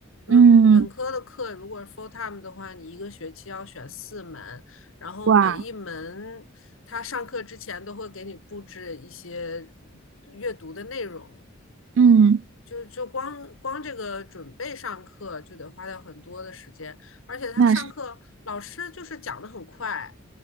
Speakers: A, on the left; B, on the right.
A: 因为本科的课如果是
B: 嗯，
A: full time 的话，你一个学期要选四门，然后每一门
B: 哇，
A: 他上课之前都会给你布置一些阅读的内容，
B: 嗯，
A: 就就光光这个准备上课就得花掉很多的时间，而且他上课老师就是讲的很快。
B: 那是，